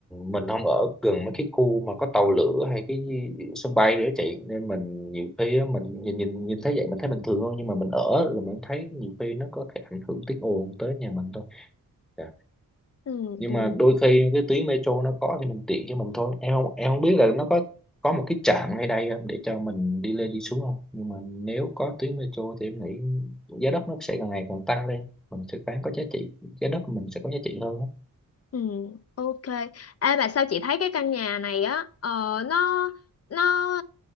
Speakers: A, in the centre; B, on the left (about 45°).
A: mình không ở gần mấy cái khu mà có tàu lửa hay cái gì- sân bay nữa chị nên mình nhiều khi á, mình nhìn nhìn nhìn thấy vậy mình thấy bình thường hơn nhưng mà mình ở rồi mình thấy nhiều khi nó có thể ảnh hưởng tiếng ồn tới nhà mình thôi Dạ.
B: ừ
A: nhưng
B: ừ
A: mà đôi khi cái tuyến metro nó có thì mình tiện cho mình thôi em không em không biết là nó có có một cái trạm ngay đây không để cho mình đi lên đi xuống không nhưng mà nếu có tuyến metro thì em nghĩ giá đất nó sẽ càng ngày càng tăng lên mình sẽ bán có giá trị giá đất của mình sẽ có giá trị hơn á.
B: ừ ok. Ê mà sao chị thấy cái căn nhà này á ờ, nó nó